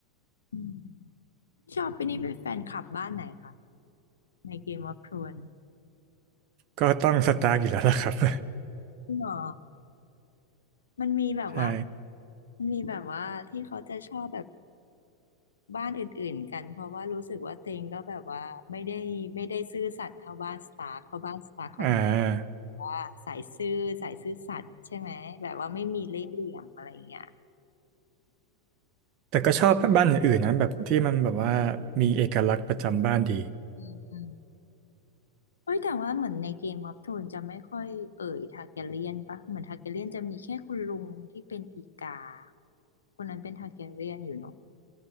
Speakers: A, on the left; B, on the right.
A: อืมชอบไปนี่เป็นแฟนคลับบ้านไหนคะใน Game of Thrones
B: ก็ต้องสตาร์กอยู่แล้วล่ะครับ <laughs>
A: จริงเหรอ มันมีแบบว่า
B: ใช่
A: มันมีแบบว่าที่เขาจะชอบแบบบ้านอื่นๆกันเพราะว่ารู้สึกว่าเต็งก็แบบว่าไม่ได้ไม่ได้ซื่อสัตย์เท่าบ้านสตาร์กเพราะบ้านสตาร์กเขาจะ
B: อ่า
A: แบบว่าสายซื่อสายซื่อสัตย์ใช่ไหมแบบว่าไม่มีเล่ห์เหลี่ยมอะไรอย่างเงี้ย
B: แต่ก็ชอบบ้านอื่นๆนะแบบที่มันแบบว่ามีเอกลักษณ์ประจำบ้านดี
A: อืมอืมเอ้ยแต่ว่าเหมือนในเกมออฟโธรนจะไม่ค่อยเอ่ยทาร์แกเรียนปะเหมือนทาร์แกเรียนจะมีแค่คุณลุงที่เป็นอีกาคนนั้นเป็นทาร์แกเรียนอยู่เนาะ